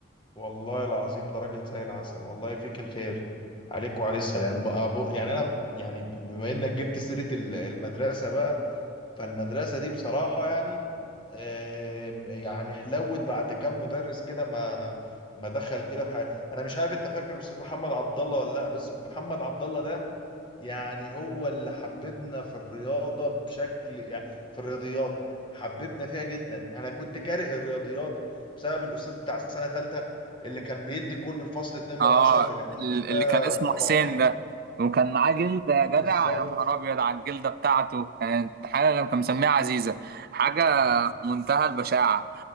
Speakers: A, on the left; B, on the right.
A: والله العظيم ده راجل زي العسل والله فيك الخير عليك وعليه السلام بقى بق يعني انا يعني ب- بما انك جبت سيرة ال- المدرسة بقى فالمدرسة دي بصراحة يعني آم، يعني حلوت بعد كام مدرس كده ما ما دخل كده في حياتي انا مش عارف انت فاكر استاذ محمد عبد الله ولا لا بس محمد عبد الله ده يعني هو اللي حببنا في الرياضة بشكل يعني في الرياضيات حببنا فيها جدا انا كنت كاره الرياضيات بسبب الاستاذ بتاع السنة ثالثة اللي كان بيدي كل الفصل 2 من
B: اه
A: 10 في الامتحانات
B: ال-
A: ده
B: اللي كان اسمه
A: وخلاص
B: حسين ده وكان معاه جلده يا جدع
A: بالظبط
B: يا نهار ابيض على الجلده بتاعته كانت حاجه كان مسميها عزيزه حاجه
A: اه
B: منتهى البشاعه